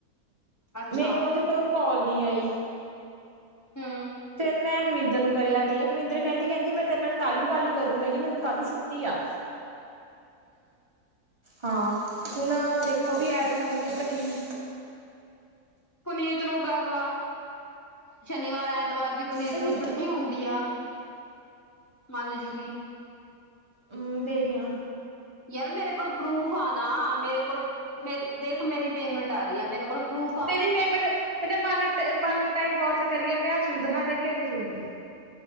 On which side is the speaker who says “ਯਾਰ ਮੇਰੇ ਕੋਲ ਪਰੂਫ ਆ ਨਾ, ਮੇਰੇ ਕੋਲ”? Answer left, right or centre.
Left